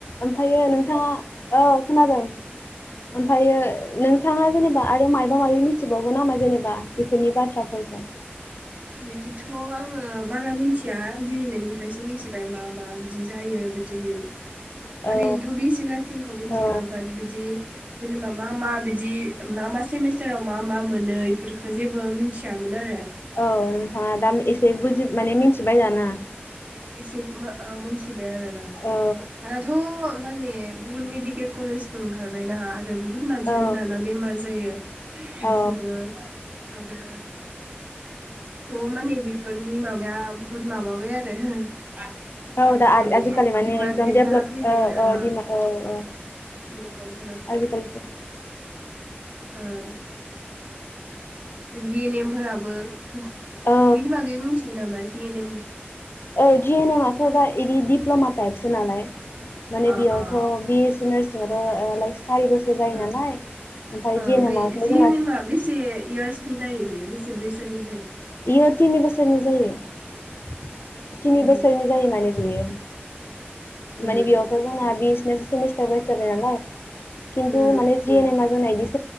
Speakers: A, on the left (about 65°); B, on the right (about 35°).
A: ओमफायो नोंथाङा औ खोनादों ओमफायो ओ नोंथाङा जेनेबा आथ रो माइ मायबा मायबि मिथिबावगौ नामा जेनेबा बेफोरनि बाथ्राफोरखो
B: बिदिथ‌' आङो बारा मिन्थिया दिनै नोंनिफ्रायसो मिथिबाय मा मा बिदि जायो बिदिहै
A: औ
B: ओरैनोथ' बि ए सि नारसिंखौ मिनथिगो
A: औ
B: बाट बिदि जेनेबा मा मा बिद जि मा मा सेमिस्टाराव मा मा मोनो इफोरखो जेबो मिथियामोन आरो
A: औ हाट दाम एसे बुजि माने मिन्थिबाय जाना
B: एसे मो ओ मोनथिबाय आरोना
A: औ
B: दानाथ' माने बहुद मेडिक केल कलेजबो ओंखारबायना आरो बु बुहुत मानसियानो
A: औ
B: दाना बेमार जायो । सानसेबो
A: औ
B: आरो अ माने बेफोरनि माबाया बुहुत माबाबा‌ बाय आरो
A: औ दा आर
B: माने
A: आजिखालि
B: दिडिमान्डेड
A: माने एकदम देपलब
B: जाना फैबाय
A: औ
B: आरो
A: औ दिमा औ औ
B: दिडिमान्ड
A: आजिखालिथ'
B: ओ <unintelligible> नेमफोराबो ह
A: औ
B: बिनि बागैबो मोन्थिगोन नामा? जियेनेम
A: ओ जियेनेमाथ' दा इदि दिप्ल'मा टाइपसो नालाय माने
B: अ
A: बेयावथ'
B: अ
A: बियेसि नारसि जद' ओ लाइस सारि बोसोर जायो
B: ओ
A: नालाय ओमफाय
B: ओमफ्राय
A: जियेनेमावथ'
B: जि
A: जोंना
B: एन एमा बेसे इयार्सनि जायो बेयो बेसे बेसोरनि जायो?
A: इयो थिनि बोसोरनि जायो । थिनि
B: अ
A: बोसोरनि जायो माने बेयो ।
B: उम
A: माने बेयावथ' जोंना बिस नोस सेमिस्टार वायस जाबाय नालाय । खिन्थु
B: उम
A: माने जियेनेमा जनाय दिस